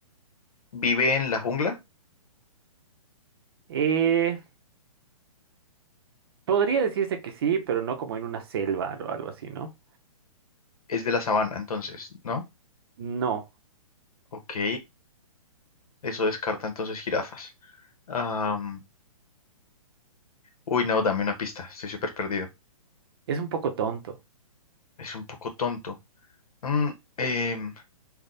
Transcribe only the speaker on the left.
Vive en la jungla,
es de la sabana, entonces, ¿no?
Ok, eso descarta entonces jirafas. Am, uy, no, dame una pista, estoy súper perdido.
Es un poco tonto. Mm, em,